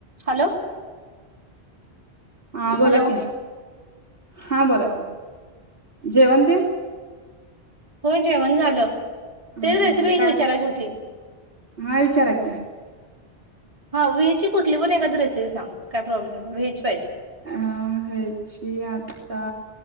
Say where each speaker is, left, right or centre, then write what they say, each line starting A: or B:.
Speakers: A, on the right; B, on the right.
A: हॅलो.
B: हा बोला
A: हॅलो
B: की हा बोला की जेवन टेन
A: हो जेवण झालं.
B: हा
A: तेच रेसिपी
B: हा
A: एक
B: काय
A: विचाराची होती.
B: हा विचारा की,
A: हा व्हेजची कुठली पण एखादी रेसिपी सांग काय प्रॉब्लेम नाही व्हेज पाहिजे.
B: अह व्हेज आता